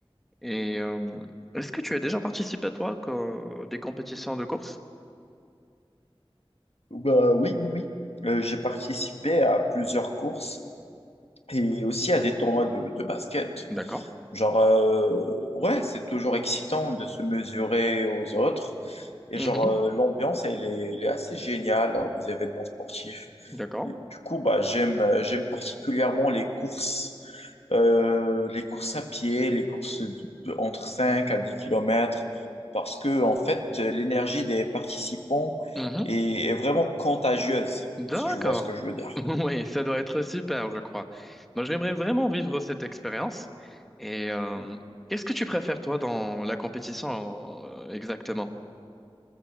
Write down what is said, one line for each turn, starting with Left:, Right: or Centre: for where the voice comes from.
Centre: Et euh, est-ce que tu as déjà participé toi à des compétitions de course?
Left: Bah, oui, oui, oui. Euh, j'ai participé à plusieurs courses et aussi à des tournois de, de basket.
Centre: D'accord.
Left: Genre, euh, ouais, c'est toujours excitant de se mesurer aux autres. Et
Centre: Mhm.
Left: genre, euh, l'ambiance, elle est, elle est assez géniale lors des événements sportifs.
Centre: D'accord.
Left: Et du coup, bah, j'aime, euh, j'aime particulièrement les courses, euh, les courses à pied, les courses de- de- entre 5 à 10 kilomètres, parce que, en fait, l'énergie des participants
Centre: Mhm.
Left: est, est vraiment contagieuse,
Centre: D'accord.
Left: si tu vois ce que je veux dire.
Centre: <laughs> Oui, ça doit être super, je crois. Bah, j'aimerais vraiment vivre cette expérience. Et euh, qu'est-ce que tu préfères toi dans la compétition euh, exactement?